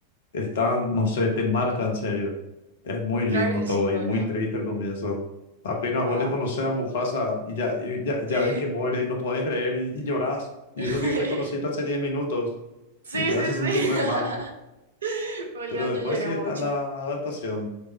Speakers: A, on the left (about 60°); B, on the right (about 70°).
A: están, no sé, te marca en serio. Es muy lindo
B: Claro que
A: todo
B: sí, bueno.
A: y muy
B: o
A: triste el comienzo. Apenas vos
B: sea,
A: le conoces a Mufasa y ya, y ya, ya
B: Sí,
A: ves que muere y no podés creer y, y llorás. Y
B: <laughs>
A: eso que le conociste hace 10 minutos
B: Sí,
A: y te
B: sí,
A: hace
B: sí.
A: sentir re mal.
B: <laughs> Boludo,
A: Pero después
B: yo lloré
A: sí está
B: mucho.
A: la adaptación.